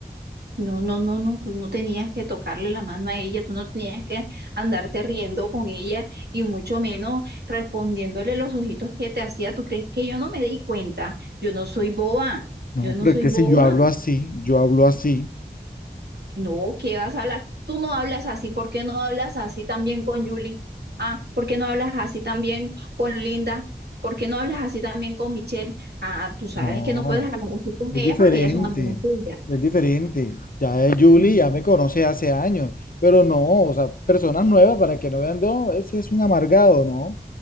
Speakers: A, on the right (about 75°); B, on the left (about 55°).
A: no, no, no, no, tú no tenías que tocarle la mano a ella, tú no tenías que andarte riendo con ella y mucho menos respondiéndole los ojitos que te hacía. ¿Tú crees que yo no me di cuenta? Yo no soy boba,
B: No,
A: yo no
B: pero
A: soy
B: es que
A: boba.
B: si yo hablo así, yo hablo así.
A: No, ¿qué vas a hablar? Tú no hablas así. ¿Por qué no hablas así también con Julie? Ah, ¿por qué no hablas así también con Linda? ¿Por qué no hablas así también con Michelle? Ah, tú sabes
B: No.
A: que no puedes hablar así con
B: Es
A: ellas
B: diferente,
A: porque ellas son amigas tuyas.
B: es diferente. Ya es Julie,
A: Ujú.
B: ya me conoce hace años, pero no, o sea, personas nuevas para que no vean, no, ese es un amargado, ¿no?